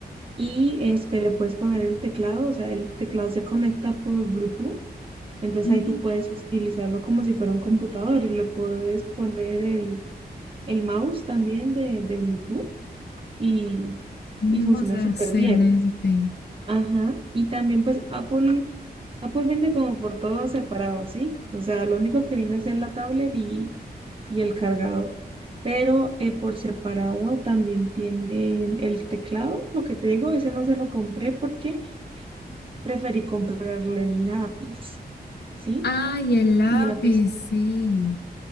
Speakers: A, on the right; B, on the left.
A: y este, le puedes poner el teclado, o sea, el teclado se conecta por Bluetooth, entonces
B: mm,
A: ahí tú puedes utilizarlo como si fuera un computador y le puedes poner el, el mouse también de, de Bluetooth y,
B: no,
A: y funciona
B: o sea,
A: súper
B: excelente.
A: bien. Ajá, y también pues Apple, Apple vende como por todo separado, ¿sí? O sea, lo único que viene es la tablet y y el cargador. Pero eh, por separado también tienen el teclado. Lo que te digo, ese no se lo compré porque preferí comprarle el lápiz, ¿sí?
B: Ay, el lápiz,
A: Y el lápiz,
B: sí,